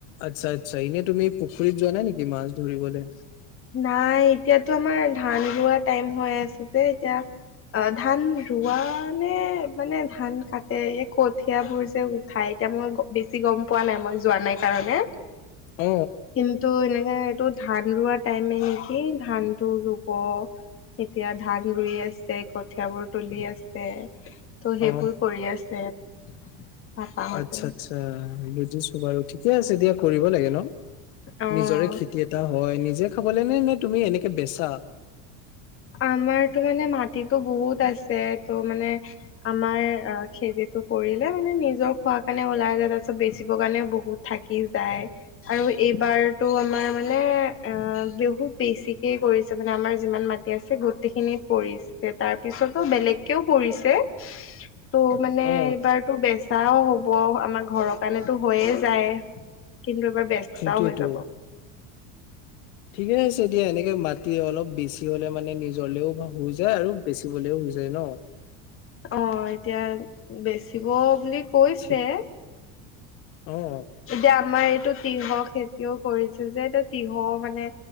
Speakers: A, on the left; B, on the left.
A: আচ্ছা-আচ্ছা এনে তুমি পুখুৰীত যোৱা নাই নেকি মাছ ধৰিবলৈ?
B: নাই এতিয়াতো আমাৰ ধান ৰোৱা টাইম হৈ আছে যে এতিয়া- অ ধান ৰোৱা নে মানে ধান কাটে এই কঠিয়াবোৰ যে উঠাই এতিয়া মই বেছি গম পোৱা নাই মই যোৱা নাই কাৰণে৷
A: অ
B: কিন্তু এনেকে এইটো ধান ৰোৱাত টাইমে নেকি ধান টো ৰোৱ এতিয়া ধান ৰুই আছে কঠিয়াবোৰ তুলি আছে৷ ত' সেইবোৰ
A: অ
B: কৰি আছে৷ পাপাহঁতে
A: আচ্ছা-আচ্ছা বুজিছো বাৰু ঠিকে আছে দিয়া কৰিব লাগে ন?
B: অ
A: নিজৰে খেতি এটা হয়, নিজে খাবলে নে নে তুমি এনেকে বেচা?
B: আমাৰ তো মানে মাটিটো বহুত আছে টো মানে আমাৰ খেতিটো কৰিলে মানে নিজৰ খোৱাৰ কাৰণে ওলাই যায় তাৰ পিছত বেচিবৰ কাৰণে বহুত থাকি যায় আৰু এইবাৰতটো আমাৰ মানে অ বহুত বেছিকেই কৰিছে মানে আমাৰ যিমান মাটি আছে গোটেইখিনিত কৰিছে তাৰপিছতো বেলেগকেও কৰিছে৷ ত' মানে
A: অ
B: এইবাৰতো বেচাও হ'ব আমাৰ ঘৰৰ কাৰণেতো হৈয়ে যায়৷ কিন্তু এবাৰ বেচাও
A: সেইটোয়েতো
B: হৈ যাব
A: ঠিকে আছে দিয়া এনেকে মাটি অলপ বেছি হ'লে মানে নিজলেও হৈ যায় আৰু বেচিবলেও হৈ যায় ন৷
B: অ এতিয়া বেচিব বুলি কৈছে৷
A: ঠিক অ
B: এতিয়া আমাৰ এইটো তিহ খেতিও কৰিছে যে এয়া তিহও মানে